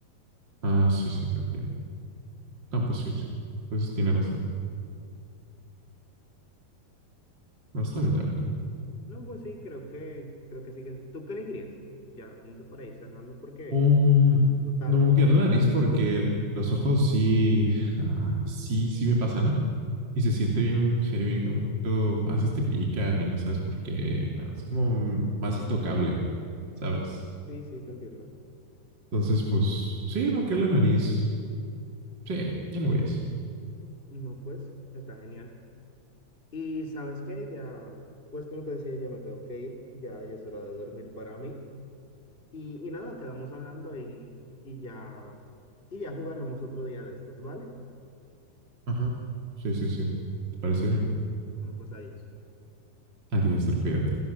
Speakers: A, on the right; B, on the left.
A: Ah, sí, sí, te entiendo. Ah, pues sí, sí. Entonces tiene razón. No, está
B: Mm.
A: bien, está bien, está bien.
B: No, pues sí, creo que, creo que sí que. ¿Tú qué elegirías? Ya, como que para ir cerrando, porque
A: Um,
B: ya está haciendo tarde.
A: no me quiero la nariz porque los ojos sí, ah, sí, sí me pasan, ¿no? Y se siente bien heavy, como un poquito, a veces te pican y no sabes por qué. No, es como más intocable, ¿sabes?
B: Sí, sí, te entiendo.
A: Entonces, pues sí, moqué la nariz. Sí, ya le voy a eso.
B: No, pues, está genial. Y sabes qué, ya, pues como te decía, ya me tengo que ir. Ya, ya es hora de dormir para mí. Y, y nada, quedamos hablando y, y ya, y ya jugaremos otro día de estos, ¿vale?
A: Ajá. Sí, sí, sí. ¿Te parece bien?
B: Bueno, pues adiós.
A: Adiós, cuídate.